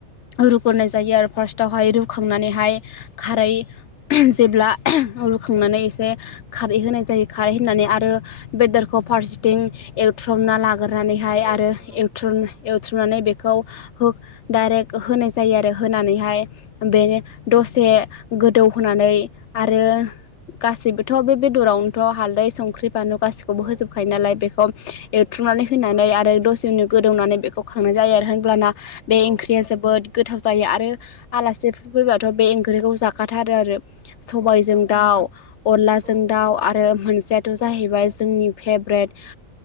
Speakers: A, on the left (about 65°); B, on the right (about 80°).
A: रुग्रनाय जायो आरो फार्स्टावहाय रुखांनानैहाय खारै जेब्ला रुखांनानै एसे खारै होनाय जायो खारै होनानै आरो बेदरखौ फारसेथिं एवथ्रमना लाग्रानैहाय
B: औ
A: आरो
B: नोंथां
A: एवथ्रम एवथ्रुमनानै बेखौ डाइरेक्ट होनाय जायो आरो होनानैहाय बेनो दसे गोदौ होनोनानै आरो गासिबोथ' बे बेदरावनोथ' हालदै संख्रि बानु गाससिबो बे खौबो
B: औ
A: होजोबखायो नालाय बेखौ
B: नोंथां
A: एवथ्रुमनानै होनानै आरो दसे उनो गोदौनानै बेखौ खांनाय जायो आरो होनब्लाना बे
B: औ
A: ओंख्रिया जोबोद गोथाव जायो आरो आलासिफोर फैबाथ' बे ओंख्रिखौ जाखाथारो आरो। सबायजों
B: औ नोंथां
A: दाउ अनलाजों
B: औ नोंथां औ
A: दाउ आरो मोनसेयाथ'
B: औ
A: जाहैबाय जोंनि फेभरेट